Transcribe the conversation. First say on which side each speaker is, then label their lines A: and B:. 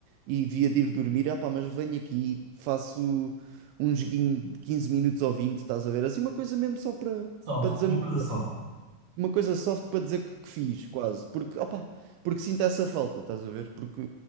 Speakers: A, on the right (about 85°); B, on the right (about 50°).
A: e devia de ir dormir, ah pá, mas venho aqui, faço um joguinho de 15 minutos ou vinte estás a ver? Assim, uma coisa mesmo só para
B: Soft,
A: para desanuviar
B: uma coisa soft.
A: uma coisa soft para dizer que, que fiz, quase. Porque, opa, porque sinto essa falta, estás a ver? Porque